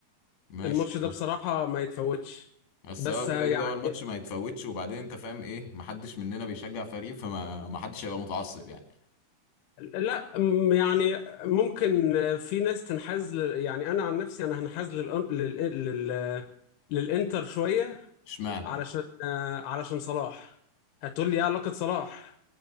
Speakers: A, on the left; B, on the left.
A: ماشي
B: الماتش ده
A: اه.
B: بصراحة ما يتفوتش
A: بس
B: بس
A: اه كده
B: آه، يعني
A: كده هو الماتش ما يتفوتش وبعدين انت فاهم ايه محدش مننا بيشجع فريق فما ما حدش هيبقى متعصب يعني
B: لا م- يعني ممكن آه، في ناس تنحاز ل- يعني انا عن نفسي انا هنحاز للأن- لل... لل... للانتر شوية
A: اشمعنى
B: علشان آه، علشان صلاح هتقول لي ايه علاقة صلاح